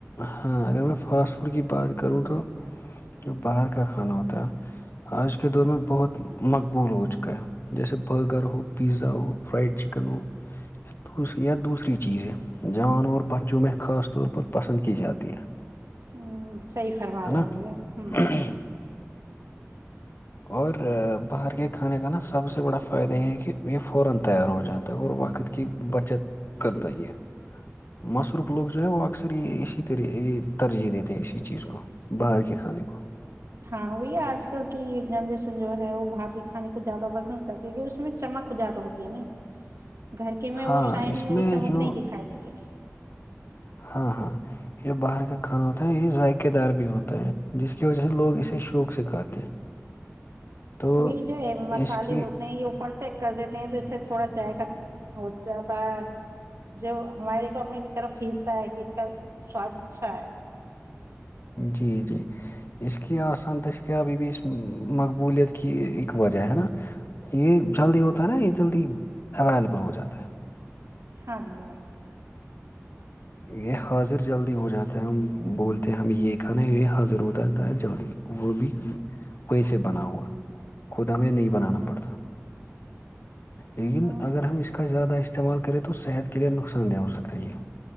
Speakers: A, on the left; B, on the right.
A: ہاں اگر میں فاسٹ فوڈ کی بات کروں تو جو باہر کا کھانا ہوتا ہے آج کے دور میں بہت مقبول ہو چکا ہے جیسے برگر ہو پیزا ہو فرائڈ چکن ہویا دوس یا دوسری چیزیں جوان اورور بچوں میں خاص طور پر پسند کی جاتی ہے
B: آپ صحیح فرما
A: ہے
B: رہے ہیںے ہوں
A: نا اور باہر کے سب سے بڑا فائدہ یہ ہے کہ یہ فورا تیار ہو جاتا ہے اور وقت کی بچت کرتا ہی ہے مصروف لوگ جو ہیں وہ اکثری اسی طرح ترجیح دیتے ہیں اسی چیز کو باہر کے کھانے کو
B: ہاں وہی آج کل کی جنریشن جو ہے وہ باہر کے کھانے کو زیادہ پسند کرتی ہے کی اس میں چمک زیادہ ہوتی ہے نہیں گھر کے میں
A: ہاں
B: وہ شائننگ
A: اس میں
B: اور چمک
A: جو
B: نہیں دکھائی دیتی
A: ہاں ہاں یہ جو باہر کا کھانا ہوتا ہے یہ ذائقے دار بھی ہوتا ہے جس کی وجہ سے لوگ اسے شوق سے کھاتے ہیں تو
B: وہ جو مسالے
A: اس کی
B: ہوتے ہیں یہ اوپر چیک کر دیتے ہیں تو اس سے تھوڑا چائے کا ہو جاتا ہے جو ہمارے اپنی کی طرف کھینتا ہے ک کا سواد اچھا ہے
A: جی جی اس کی کہ آسان دستیاب یہ بھی اس مقبولیت کی اک وجہ ہے نا یہ جلدی ہوتا ہے نا یہ جلدی اویلیبل ہو جاتا ہے
B: ہاں جی ہاں جی
A: یہ حاضر جلدی ہو جاتا ہے ہم بولتے ہیں ہمیں یہ کھانا ہے یہ حاضر ہو جاتا ہے جلدی وہ بھی کوی سےے بنا ہوا خود ہمیں نہیں بنانا
B: ہوں
A: پڑتا لیکن
B: ہاں
A: اگر ہم اس کا زیادہ اس استعمال کرے تو صحت کے لیے نقصان دہ ہو سکتا یہ